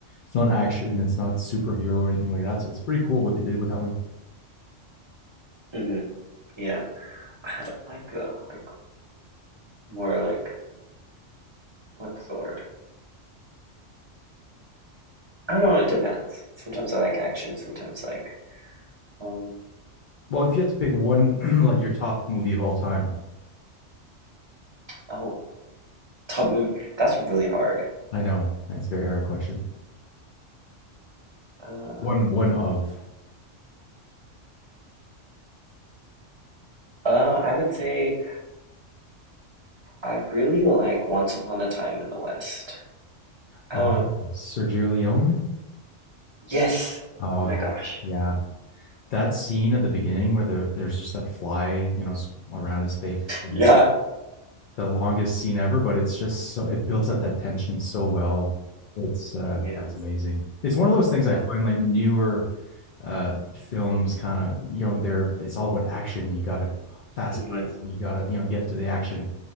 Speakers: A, on the left; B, on the right.
A: it's not action. It's not superhero or anything like that. So it's pretty cool what they did with that one.
B: hmm Yeah. I like the like more like what's the word? I don't know, it depends. Sometimes I like action, sometimes I like um
A: Well, if you had to pick one, <clears throat> like your top movie of all time,
B: oh, top movie. That's really hard.
A: I know that's a very hard question.
B: Uh,
A: One one of
B: uh I would say I really like Once Upon a Time in the West. I
A: um,
B: don't
A: Sergio Leone.
B: Yes.
A: Oh,
B: Oh my
A: that's,
B: gosh.
A: yeah. That scene at the beginning where there there's just that fly, you know, around his face. and
B: Yeah.
A: the longest scene ever, but it's just so it builds up that tension so well. It's uh
B: Yes.
A: yeah, it's amazing. It's one of those things I
B: Oh.
A: find like newer uh films kind of, you know, they're it's all about action you got to fast
B: hmm
A: cuts and you got to, you know, get to the action.